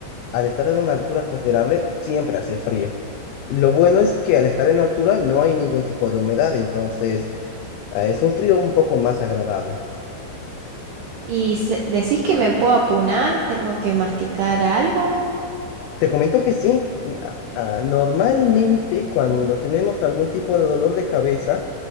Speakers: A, on the left (about 80°); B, on the right (about 80°).
A: al estar en una altura considerable, siempre hace frío. Lo bueno es que al estar en altura no hay ningún tipo de humedad, entonces ah, es un frío un poco más agradable.
B: ¿Y se- decís que me puedo apunar? ¿Tengo que masticar algo?
A: Te comento que sí, n- ah, ah, normalmente cuando tenemos algún tipo de dolor de cabeza,